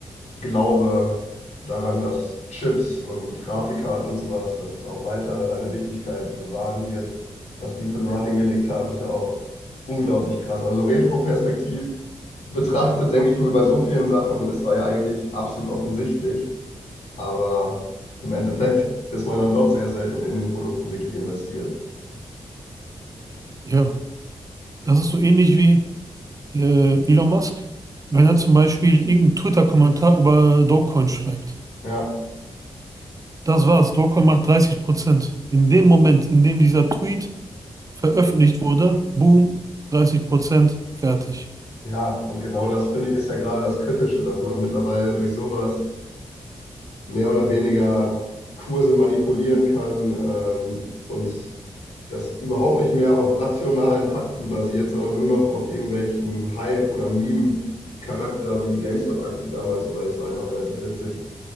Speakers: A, on the left; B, on the right.
A: Glaube daran, dass Chips und Grafikkarten und sowas, dass es auch weiter seine Wichtigkeit bewahren wird. Was die für ein Running gelegt haben, ist ja auch unglaublich krass. Also retroperspektiv betrachtet, denke ich mir bei so vielen Sachen, es war ja eigentlich absolut offensichtlich, aber im Endeffekt <laughs> ist man dann doch sehr selten in den Produkten wirklich investiert.
B: ja. Das ist so ähnlich wie. äh, Elon Musk, wenn er zum Beispiel irgendeinen Twitter-Kommentar über Dogecoin schreibt.
A: Ja.
B: Das war's. Dogecoin macht 30 Prozent. In dem Moment, in dem dieser Tweet veröffentlicht wurde, boom, 30 Prozent, fertig.
A: Ja, und genau das finde ich ist ja gerade das Kritische, dass man mittlerweile durch sowas mehr oder weniger Kurse manipulieren kann ähm, und das überhaupt nicht mehr auf rationalen Fakten basiert, sondern nur noch auf irgendwelchem Hype oder Meme-Charakter wie die GameStop-Aktie damals, wobei das war ja noch relativ witzig.